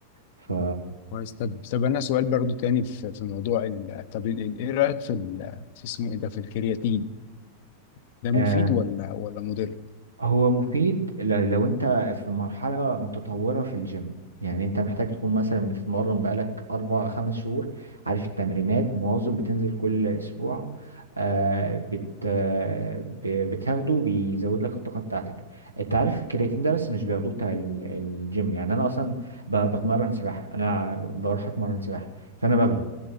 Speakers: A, on the right; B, on the left.
A: ف
B: كويس طب طب انا سؤال برضو تاني في في موضوع ال... طب ال- ال- ايه رايك في ال... في اسمه ايه ده في الكرياتين ده مفيد
A: آه،
B: ولا ولا مضر
A: هو مفيد ل- لو انت في مرحلة متطورة في الجيم يعني انت محتاج تكون مثلا بتتمرن بقالك اربع خمس شهور عارف التمرينات مواظب بتنزل كل اسبوع آه بت آه ب- بتاخده بيزود لك الطاقة بتاعتك انت عارف الكرياتين ده بس مش بياخدوه بتاع ال- الجيم يعني انا اصلا ب- بتمرن سباحة انا بروح اتمرن سباحة فانا باخده